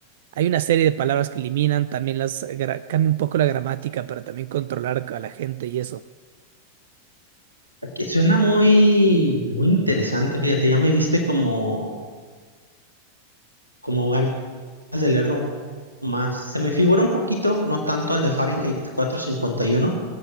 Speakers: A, on the right (about 55°); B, on the right (about 85°).
A: hay una serie de palabras que eliminan, también las gra- cambia un poco la gramática para también controlar a la gente y eso.
B: Que Suena muy, muy interesante, fíjate, ya me diste como, como ganas de leerlo más. Se me figura un poquito, no tanto al de Fahrenheit 451,